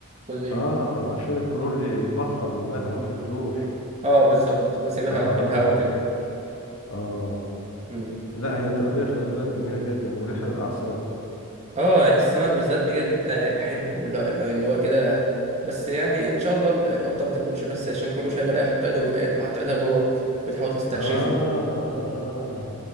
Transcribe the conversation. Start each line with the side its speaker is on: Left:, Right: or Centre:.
Right: كل يوم
Left: اه عشان الكلور يتبخر منها لو في كلور
Right: اه بالظبط بسيبها
Left: اه
Right: في الهوا كده
Left: اه
Right: مم.
Left: لا هي التربية خلي بالك جميلة جدا مريحة للأعصاب
Right: اه السمك بالذات بجد آه بحبه لا لا، اللي هو كده بس يعني ان شاء الله ال- القطه ما تاكلش بس عشان كل شويه بلاقيها حاطه ايدها حاطه ايدها جوه بتحاول تستكشفهم
Left: اه اه